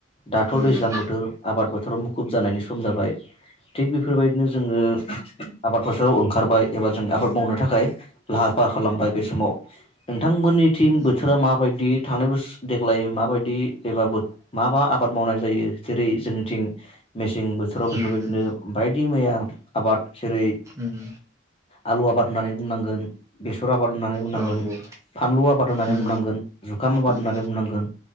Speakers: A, on the left; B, on the right.
A: दाथ'
B: उम
A: दैज्लां बोथोर आबाद फोथाराव मुखुब जानायनि सम जाबाय। थिग बेफोरबायदिनो जोङो आबाद फोथाराव ओंखारबाय एबा जों आबाद मावनो थाखाय लाहार फाहार खालामबाय बे समाव नोंथांमोननिथिं
B: उम
A: बोथोरा माबायदि थांनाय बोस-देग्लाय माबायदि एबा बो मा मा आबाद मावनाय जायो जेरै जोंनिथिं मेसें बोथो फोराव बेफोरबायदिनो
B: उम
A: बायदि मैया आबाद जेरै
B: उम
A: आलु आबाद ओननानै बुंनांगोन बेसर आबाद ओननानै बुंनांगोन
B: औ औ
A: फानलु आबाद ओननानै
B: उम
A: बुंनांगोन जुखाम आबाद
B: उम
A: ओननानै बुंनांगोन